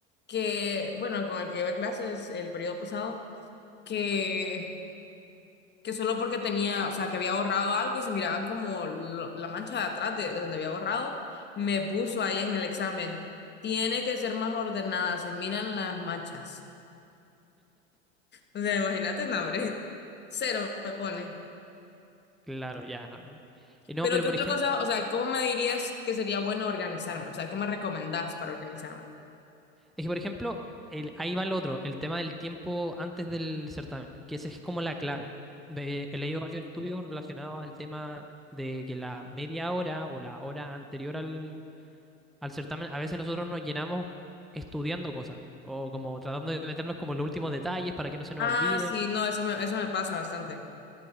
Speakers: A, on the left (about 30°); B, in the centre.
A: que, bueno, con el que iba a clases el periodo pasado, que... que solo porque tenía, o sea, que había borrado algo y se miraban como lo- la mancha de atrás de, de donde había borrado, me puso ahí en el examen. Tiene que ser más ordenada, se miran las manchas. O sea, imagínate, no, hombre. Cero me pone.
B: claro, ya. No, no. Eh, no,
A: Pero
B: pero
A: ¿qué
B: por
A: otra
B: ejemplo,
A: cosa? O sea, ¿cómo me dirías que sería bueno organizarme? O sea, ¿qué me recomendás para organizarme?
B: es que por ejemplo, el- ahí va el otro, el tema del tiempo antes del certamen, que esa es como la clave. De- he leído varios estudios relacionados al tema de que la media hora o la hora anterior al, al certamen, a veces nosotros nos llenamos estudiando cosas o como tratando de meternos como en los últimos detalles para que no se nos
A: Ah,
B: olviden.
A: sí, no, eso me, eso me pasa bastante.